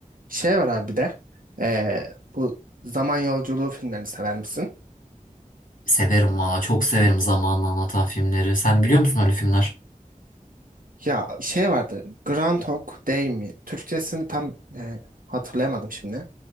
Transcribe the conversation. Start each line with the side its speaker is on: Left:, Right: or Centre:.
Right: Şey var abi bir de. eee, bu zaman yolculuğu filmlerini sever misin?
Left: Severim valla, çok severim zamanla anlatan filmleri. Sen biliyor musun öyle filmler?
Right: Ya şey vardı. Groundhog Day mi? Türkçesini tam eee, hatırlayamadım şimdi.